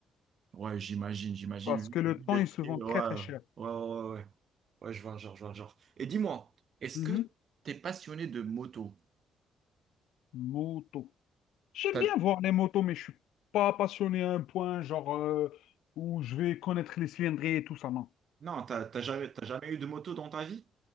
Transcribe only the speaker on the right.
Ouais, j'imagine, j'imagine,
vu,
vu
les
prix.
Ouais, ouais,
ouais, ouais. Ouais, Ouais, je vois, le genre, je vois, le genre. Et dis-moi, est-ce
que t'es passionné de moto?
T'as-
Non, t'as t'as jamais, t'as jamais eu de moto dans ta vie?